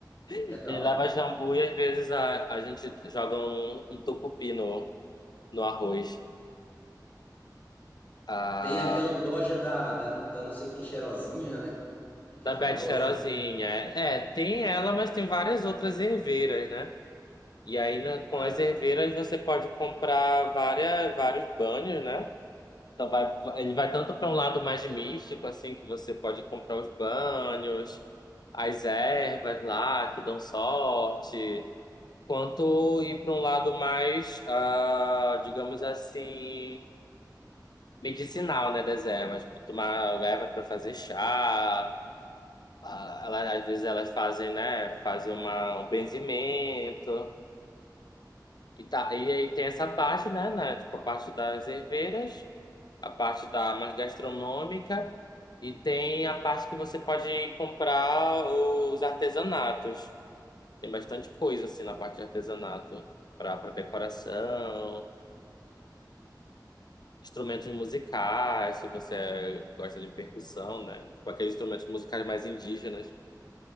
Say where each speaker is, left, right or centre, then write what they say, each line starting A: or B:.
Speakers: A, on the left; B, on the left.
A: Ele
B: Legal.
A: leva jambu e às vezes a, a gente joga um, um tucupi no, no arroz. A,
B: Tem aquela loja da, da, da não sei quem cheirosinha, né? Que
A: da
B: é famosa.
A: Bete Cheirosinha. É, tem ela, mas tem várias outras erveiras, né? E aí na- com
B: Ah,
A: as erveiras
B: sim.
A: você pode comprar várias, vários banhos, né? Então vai, ele vai tanto para um lado mais místico, assim, que você pode comprar os banhos, as ervas lá que dão sorte. quanto ir para um lado mais, ah, digamos assim, medicinal, né, das ervas, Tipo, tomar ervas para fazer chá, ah, ela- às vezes elas fazem, né, fazem uma, um benzimento e tá, e aí tem essa parte, né, né, tipo a parte das herveiras, a parte da mais gastronômica e tem a parte que você pode comprar os artesanatos. Tem bastante coisa assim na parte de artesanato para para decoração. instrumentos musicais, se você gosta de percussão, né? Tipo aqueles instrumentos musicais mais indígenas.